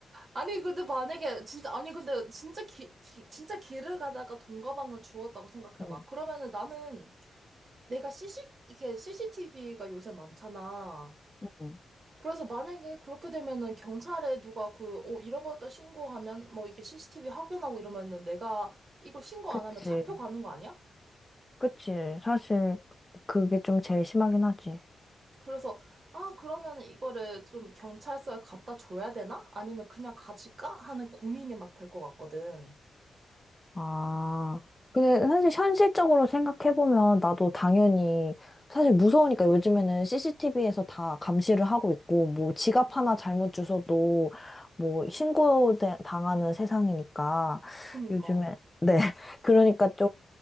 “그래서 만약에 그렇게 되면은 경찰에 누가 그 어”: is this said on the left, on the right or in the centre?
Right